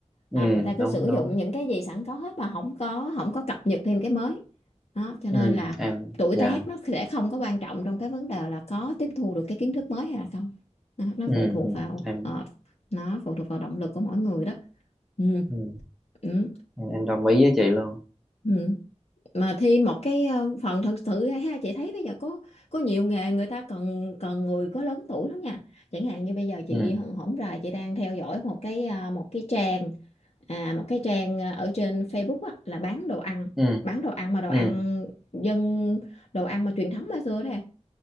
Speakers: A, in the centre; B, on the left (about 60°).
A: ừ,
B: à, người ta cứ
A: đúng,
B: sử dụng
A: đúng.
B: những cái gì sẵn có hết mà không có không có cập nhật thêm cái mới đó cho nên
A: ừ
B: là
A: em
B: tuổi
A: dạ
B: tác nó sẽ không có quan trọng trong cái vấn đề là có tiếp thu được cái kiến thức mới hay là không nó, nó
A: ừ
B: phụ thuộc
A: ừ
B: vào
A: em
B: ờ, nó phụ thuộc vào động lực của mỗi người đó ừ,
A: ừ,
B: ừ,
A: em em đồng ý với chị luôn
B: ừ. mà thi một cái ờ, phần thật sự ra ha chị thấy bây giờ có có nhiều nghề người ta cần cần người có lớn tuổi lắm nha chẳng hạn như bây giờ chị
A: ừ
B: hổng rày chị đang theo dõi một cái à, một cái trang À, một cái trang, ờ, ở trên Facebook á, là bán đồ ăn,
A: ừ
B: bán đồ ăn mà đồ
A: ừ
B: ăn dân đồ ăn mà truyền thống ngày xưa đó em.